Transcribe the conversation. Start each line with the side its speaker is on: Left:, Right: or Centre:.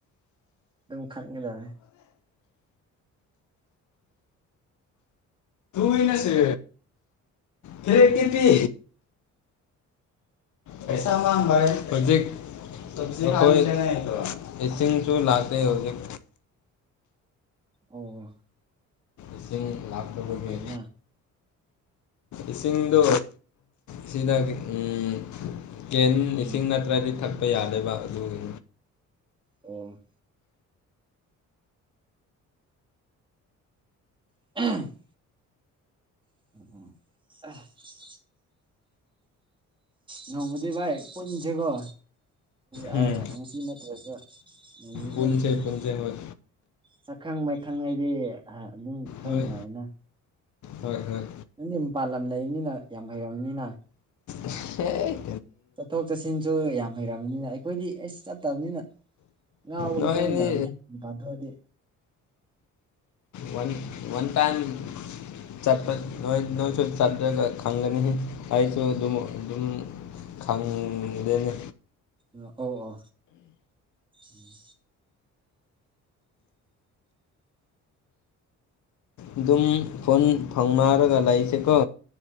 Right: ꯅꯪ ꯈꯟꯒꯗꯝꯃꯦ
Left: ꯏꯅꯁꯦ ꯐꯦ ꯀꯦ ꯄꯤ ꯄꯩꯁꯥ ꯃꯥꯡꯕ ꯍꯥꯏ ꯍꯧꯖꯤꯛ ꯇꯕꯁꯦ ꯑꯩꯈꯣꯏ ꯏꯁꯤꯡꯁꯨ ꯂꯥꯛꯇꯦ ꯍꯧꯖꯤꯛ
Right: ꯑꯣ
Left: ꯏꯁꯤꯡ ꯂꯥꯛꯇꯕꯒꯤ
Right: ꯌꯥꯝ ꯐꯩꯅ
Left: ꯏꯁꯤꯡꯗꯣ ꯆꯤꯅꯕꯤ ꯎꯝ ꯀꯦꯟ
Right: ꯎꯝ
Left: ꯏꯁꯤꯡ ꯅꯠꯇ꯭ꯔꯗꯤ ꯊꯛꯄ ꯌꯥꯗꯦꯕ ꯑꯗꯨꯒꯤ
Right: ꯑꯣ <unintelligible> ꯑꯣ ꯑꯣ ꯑꯦ ꯅꯣꯡꯃꯗꯤ ꯚꯥꯏ ꯄꯨꯟꯖꯤꯀꯣ ꯑꯥ
Left: ꯎꯝ
Right: ꯉꯁꯤ ꯅꯠꯇ꯭ꯔꯁꯨ ꯅꯣꯡ ꯅꯤꯅꯤꯁꯤ
Left: ꯄꯨꯟꯁꯦ
Right: ꯑꯣꯏ ꯄꯨꯟꯁꯤ
Left: ꯄꯨꯟꯁꯦ ꯍꯣꯏ
Right: ꯁꯛꯈꯪ ꯃꯥꯏ ꯈꯪꯅꯔꯦ ꯍꯥꯏ ꯑꯗꯨꯝ ꯈꯔ
Left: ꯍꯣꯏ
Right: ꯅꯨꯡꯉꯥꯏꯅ ꯎꯝ
Left: ꯍꯣꯏ ꯍꯣꯏ
Right: ꯅꯪꯗꯤ ꯃꯄꯥꯜꯂꯝ ꯂꯩꯕꯅꯤꯅ ꯌꯥꯝ ꯍꯩꯔꯝꯅꯤꯅ
Left: ꯍꯦ
Right: ꯆꯠꯊꯣꯛ ꯆꯠꯁꯤꯟꯁꯨ ꯌꯥꯝ ꯍꯔꯝ__ ꯅꯤꯅ ꯑꯩꯈꯣꯏꯗꯤ ꯑꯩꯁ ꯆꯠꯇꯝꯅꯤꯅ ꯉꯥꯎꯕꯒ
Left: ꯅꯣꯏꯅꯤ
Right: ꯆꯞ ꯃꯥꯟꯅꯕꯅꯤ ꯄꯥꯟꯊꯣꯛꯑꯗꯤ
Left: ꯋꯥꯟ ꯋꯥꯟ ꯇꯥꯏꯝ ꯆꯠꯄ ꯅꯣꯏ ꯅꯣꯏꯁꯨ ꯆꯠꯂꯒ ꯈꯪꯒꯅꯤ ꯑꯩꯁꯨ ꯑꯗꯨꯝ ꯑꯗꯨꯝ ꯈꯪꯗꯦꯅꯤ
Right: ꯑꯅ ꯑꯧ ꯑꯥ ꯎꯝ
Left: ꯑꯗꯨꯝ ꯐꯣꯟ ꯐꯥꯎꯅꯔꯒ ꯂꯩꯁꯦ ꯀꯣ